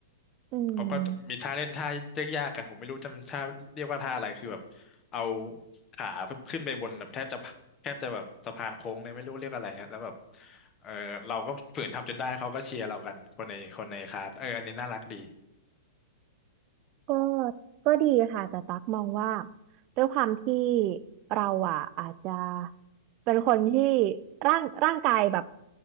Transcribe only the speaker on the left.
เขาก็มีท่าเล่นท่ายากๆกันผมไม่รู้จำท่าเรียกว่าท่าอะไรคือแบบเอาขาขึ้นไปบนแบบแทบจะแทบจะแบบสะพานโค้งเลยไม่รู้เรียกอะไรอะแล้วแบบเออเราก็ฝืนทำจนได้เขาก็เชียร์เรากันคนในคนในคลาสเอออันนี้น่ารักดี